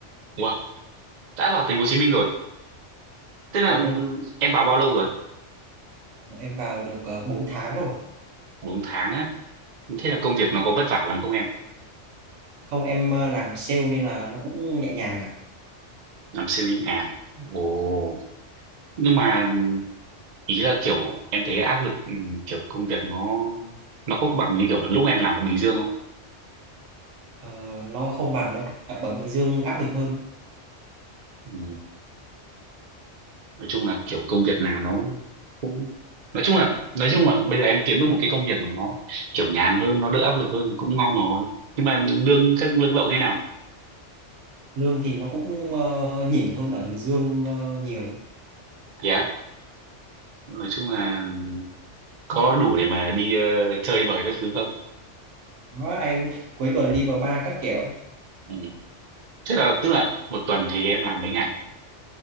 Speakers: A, on the right (about 55°); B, on the right (about 80°).
A: Wow, đã vào thành phố Hồ Chí Minh rồi. Thế là
B: Dạ
A: ừ,
B: vâng,
A: em vào bao lâu rồi?
B: em vào được uh, 4 tháng rồi.
A: 4 tháng á. Thế là công việc nó có vất vả lắm không em?
B: Không, em ờ, làm sale nên là nó cũng nhẹ nhàng ạ.
A: Làm siêu nhẹ nhàng. Ồ. Nhưng mà ý là kiểu em thấy áp lực ừ, kiểu công việc nó nó có bằng như kiểu lúc em làm ở Bình Dương không?
B: Ờ, nó không bằng đâu. Ờ, Ở Bình Dương áp lực hơn.
A: Ừ. nói chung là kiểu công việc nào nó cũng nói chung là nói chung là bây giờ em kiếm được một cái công việc mà nó kiểu nhàn hơn nó đỡ áp lực hơn thì cũng ngon rồi nhưng mà lương các lương lậu thế nào
B: Lương thì nó cũng ờ, nhỉnh hơn ở Bình Dương ờ, nhiều.
A: thì á nói chung là có đủ để mà đi ờ, chơi bời các thứ không
B: Đó, anh cuối tuần đi vào bar các kiểu.
A: ừ. thế là tức là một tuần thì em làm mấy ngày